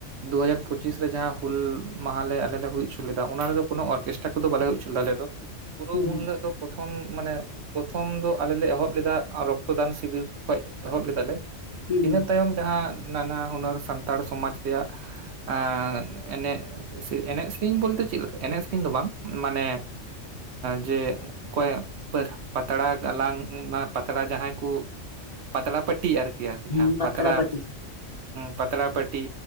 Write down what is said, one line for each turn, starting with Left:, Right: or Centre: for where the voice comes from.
Right: ᱫᱩᱦᱟᱡᱟᱨ ᱯᱚᱸᱪᱤᱥ ᱨᱮ ᱡᱟᱦᱟᱸ ᱦᱩᱞ ᱢᱟᱦᱟᱞᱮ ᱟᱞᱮ ᱞᱮ ᱦᱩᱭ ᱦᱚᱪᱚ ᱞᱮᱫᱟ ᱚᱱᱟ ᱨᱮᱫᱚ ᱠᱳᱱᱳ ᱚᱨᱠᱮᱥᱴᱨᱟ ᱠᱚᱫᱚ ᱵᱟᱞᱮ ᱦᱩᱭ ᱦᱚᱪᱚ ᱞᱮᱫᱟ ᱟᱞᱮ ᱫᱚ ᱯᱩᱨᱟᱹ
Left: ᱦᱩᱸ
Right: ᱩᱱ ᱦᱤᱞᱳ ᱫᱚ ᱯᱨᱚᱛᱷᱚᱢ ᱢᱟᱱᱮ ᱯᱨᱚᱛᱷᱚᱢ ᱫᱚ ᱟᱞᱮᱞ ᱞᱮ ᱮᱦᱚᱵ ᱞᱮᱫᱟ ᱨᱚᱠᱛᱚᱫᱟᱱ ᱥᱤᱵᱤᱨ ᱠᱷᱚᱱ ᱮᱦᱚᱵ ᱞᱮᱫᱟᱞᱮ,
Left: ᱦᱩᱸ
Right: ᱤᱱᱟᱹ
Left: ᱦᱩᱸ
Right: ᱛᱟᱭᱚᱢ ᱡᱟᱦᱟᱸ ᱱᱟᱱᱟ ᱦᱩᱱᱟᱹᱨ ᱥᱟᱱᱛᱟᱲ ᱥᱚᱢᱟᱡᱽ ᱨᱮᱭᱟᱜ ᱟᱸ ᱮᱱᱮᱡ <unintelligible> ᱮᱱᱮᱡ ᱥᱮᱨᱮᱧ ᱵᱚᱞᱛᱮ ᱪᱮᱫ ᱞᱮᱠᱟ ᱮᱱᱮᱡ ᱥᱮᱨᱮᱧ ᱫᱚ ᱵᱟᱝ ᱢᱟᱱᱮ ᱡᱮ ᱚᱠᱚᱭ ᱯᱟᱹᱨ ᱯᱟᱛᱲᱟ ᱜᱟᱞᱟᱝ ᱯᱟᱛᱲᱟ ᱡᱟᱦᱟᱸᱭ ᱠᱚ ᱠᱩ ᱯᱟᱛᱲᱟ ᱯᱟᱹᱴᱤᱼᱟ ᱟᱨᱠᱤ
Left: ᱦᱩᱸ
Right: ᱡᱟᱦᱟᱸ ᱯᱟᱛᱲᱟ
Left: ᱯᱟᱹᱴᱤ
Right: ᱯᱟᱛᱲᱟ ᱯᱟᱹᱴᱤ